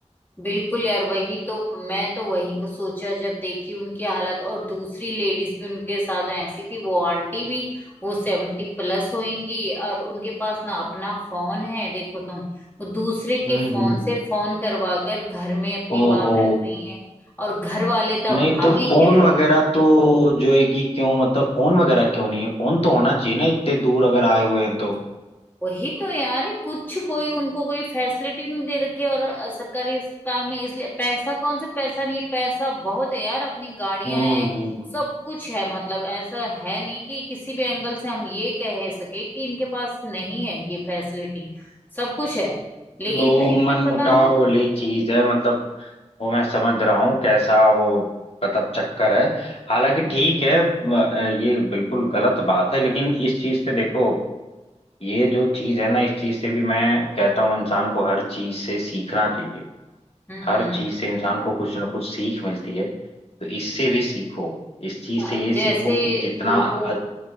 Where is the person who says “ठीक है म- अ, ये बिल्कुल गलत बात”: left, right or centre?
Left